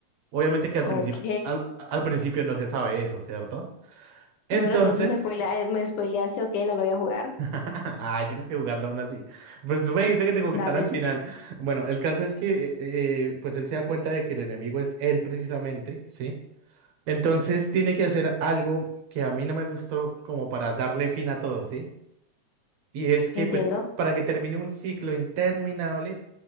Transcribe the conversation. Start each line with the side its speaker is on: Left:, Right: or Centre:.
Right: Obviamente que al principio,
Left: Ok.
Right: al, al principio no se sabe eso, ¿cierto? Entonces,
Left: Bueno, entonces me spoilea- eh, me spoileaste, ok, no lo voy a jugar.
Right: <laughs> ay, tienes que jugarla aún así. Pues tú me dijiste que te contar
Left: Dale,
Right: al final. Bueno, el caso es que, eh, eh, pues él se da cuenta de que el enemigo es él precisamente, ¿sí? Entonces tiene que hacer algo que a mí no me gustó como para darle fin a todo, ¿sí? Y es que
Left: entiendo.
Right: pues para que termine un ciclo interminable,